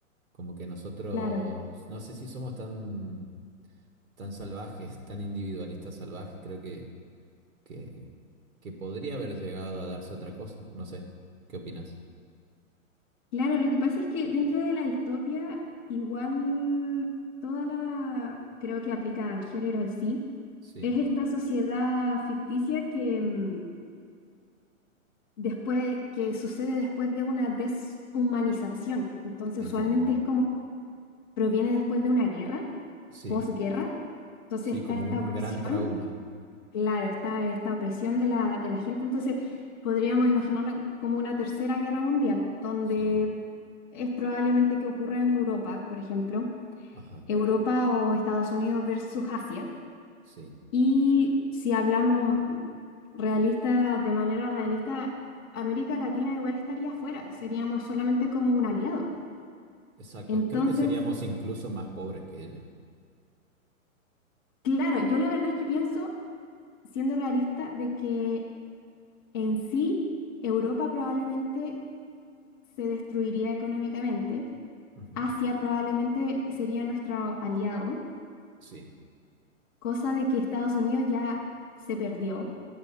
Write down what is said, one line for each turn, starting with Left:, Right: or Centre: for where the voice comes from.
Right: Como que nosotros,
Left: Claro,
Right: no sé si somos tan tan salvajes, tan individualistas salvajes, creo que, que, que podría haber llegado a darse otra cosa. No sé, ¿qué opinas?
Left: claro, lo que pasa es que dentro de la distopia, igual toda la, creo que aplica al género en sí,
Right: Sí,
Left: es esta sociedad ficticia que mm, después, que sucede después de una deshumanización. Entonces,
Right: entiendo.
Left: usualmente es como proviene después de una guerra,
Right: Sí,
Left: posguerra. Entonces
Right: sí,
Left: está
Right: como
Left: esta
Right: un
Left: opresión,
Right: gran trauma.
Left: claro, está esta opresión de la, de la gente. Entonces podríamos imaginarla como una tercera guerra mundial, donde
Right: Sí.
Left: es probablemente que ocurra en Europa, por ejemplo,
Right: Ajá,
Left: Europa o Estados Unidos versus Asia.
Right: sí,
Left: Y si hablamos realista, de manera realista, América Latina igual estaría afuera, seríamos solamente como un aliado.
Right: exacto.
Left: Entonces,
Right: Creo que seríamos incluso más pobres que ellos.
Left: claro, yo la verdad es que pienso siendo realista de que en sí Europa probablemente se destruiría económicamente,
Right: Ujú,
Left: Asia probablemente sería nuestro aliado,
Right: Sí.
Left: cosa de que Estados Unidos ya se perdió.